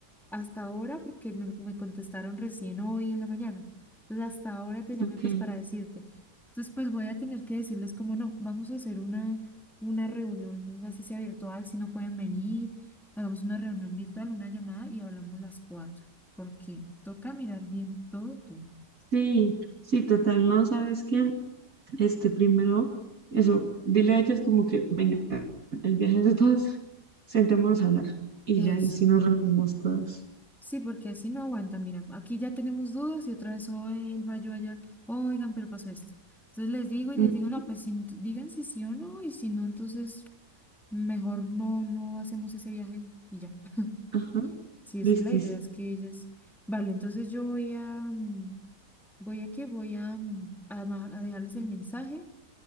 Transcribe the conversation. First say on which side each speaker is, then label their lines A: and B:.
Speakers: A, in the centre; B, on the right.
A: hasta ahora, porque me, me contestaron recién hoy en la mañana. Entonces, hasta ahora te llamé
B: Ok.
A: pues para decirte. Entonces, pues voy a tener que decirles como no, vamos a hacer una, una reunión, así sea virtual, si no pueden venir, hagamos una reunión virtual, una llamada y hablamos las cuatro, porque toca mirar bien todo tú.
B: Sí, sí, total, no, ¿sabes qué? Este primero, eso, dile a ellas como que, venga, el viaje es de todas, sentémonos a hablar. Y
A: Eso.
B: ya, y si nos reunimos todas.
A: Sí, porque así no aguanta. Mira, aquí ya tenemos dudas y otra vez, o él va yo allá, oigan, pero pasó esto. Entonces les digo y les
B: Mm,
A: digo, no, pues si- digan si sí o no, y si no, entonces mejor no, no hacemos ese viaje y ya. <laughs>
B: Ajá,
A: Sí, es
B: listis.
A: que la idea es que ellas. Vale, entonces yo voy a, mm, voy a qué voy a, mm, a, ma- a dejarles el mensaje